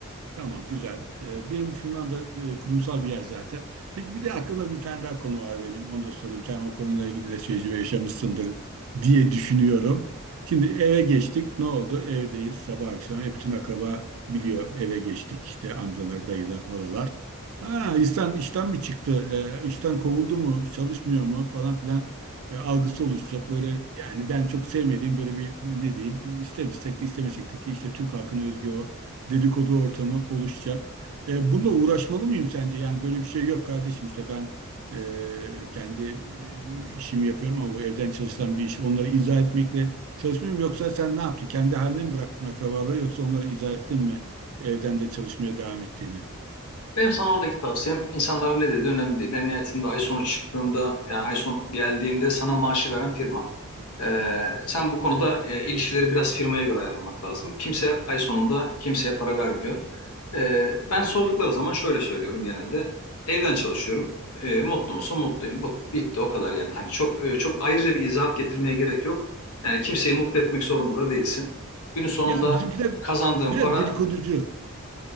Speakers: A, on the right (about 65°); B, on the left (about 80°).
A: Tamam güzel. Ee, benim firmam da e, kurumsal bir yer zaten. Peki bir de aklımda bir tane daha konu var benim. Onu da sorayım. Sen o konuyla ilgili de tecrübe yaşamışsındır diye düşünüyorum. Şimdi eve geçtik. Ne oldu? Evdeyiz sabah akşam. Hep bütün akraba biliyor eve geçtik. İşte amcalar, dayılar, halalar. Aa, İhsan işten mi çıktı? Ee, işten kovuldu mu? Çalışmıyor mu? Falan filan e, algısı oluşacak. Böyle yani ben çok sevmediğim böyle bir ne diyeyim istemesek de istemesek de ki işte Türk halkının özgü o dedikodu ortamı oluşacak. E, bununla uğraşmalı mıyım sence? Yani böyle bir şey yok kardeşim işte ben e, kendi e, işimi yapıyorum ama bu evden çalışılan bir iş. Onları izah etmekle çalışmıyorum yoksa sen ne yaptın? Kendi haline mi bıraktın akrabaları yoksa onlara izah ettin mi evden de çalışmaya devam ettiğini?
B: Benim sana oradaki tavsiyem insanların ne dediği önemli değil. En nihayetinde ay sonu çıktığında, yani ay sonu geldiğinde sana maaşı veren firma. Ee, sen bu konuda e, ilişkileri biraz firmaya göre ayarlamak lazım. Kimse ay sonunda kimseye para vermiyor. Ee, ben sordukları zaman şöyle söylüyorum genelde. Evden çalışıyorum. Ee, mutlu musun? Mutluyum. Bu, bitti o kadar yani. Hani çok e, çok ayrıca bir izahat getirmeye gerek yok. Yani kimseyi mutlu etmek zorunda da değilsin. Günün sonunda
A: Ya bizimkiler
B: kazandığın
A: biraz
B: para
A: dedikoducu.